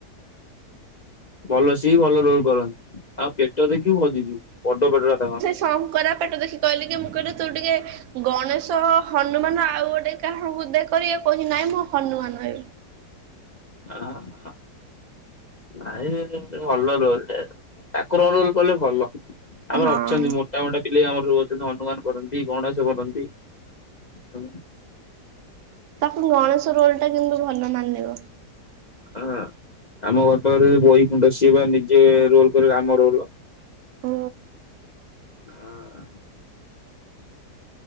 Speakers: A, on the left; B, on the right.
A: ଭଲ ସିଏ ଭଲ ରୋଲ କରନ୍ତି ଆଉ ପେଟ ଦେଖି ହଜିଯିବୁ ବଡ ପେଟଟା ତାଙ୍କ
B: ଶଙ୍କରାପେଟ ଦେଖି କହିଲି କି ମୁଁ କହିଲି ତୁ ଟିକେ ଗଣେଶ ହନୁମାନ ଆଉ ଗୋଟେ କାହାକୁ ଦେକରି କହୁଛି ନାଇଁ ମୁଁ ହନୁମାନ ଏବେ
A: ଅ ହ ନାଇଁ ଭଲ ରୋଲ ଟେ ଠାକୁର ରୋଲ କଲେ ଭଲ ଆମର
B: ହଁ
A: ଅଛନ୍ତି ମୋଟା ମୋଟା ପିଲେଇ ଆମର ର ଅଛନ୍ତି ହନୁମାନ କରନ୍ତି ଗଣେଶ କରନ୍ତି ହ
B: ତାକୁ ଗଣେଶ ରୋଲ ଟା କିନ୍ତୁ ଭଲ ମାନିବ
A: ହ ଆମ ଘର ପାଖରେ ଯ ବହି କୁଣ୍ଡ ସିଏ ବା ନିଜେ ରୋଲ କରେ ରାମ ରୋଲ
B: ହ
A: ହ